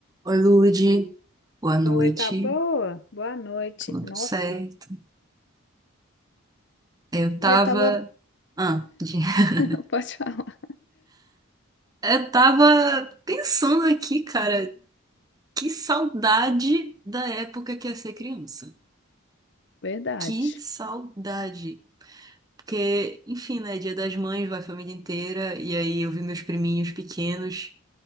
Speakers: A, on the right; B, on the left.
A: Oi, Lude. Boa noite.
B: Oi, tá boa? Boa noite.
A: Tudo
B: Nossa.
A: certo? Eu tava.
B: E eu tava.
A: Ah, de- <laughs>
B: <laughs> Pode falar.
A: eu tava pensando aqui, cara, que saudade da época que é ser criança.
B: Verdade.
A: Que saudade. Porque, enfim, né? Dia das Mães, vai a família inteira. E aí eu vi meus priminhos pequenos.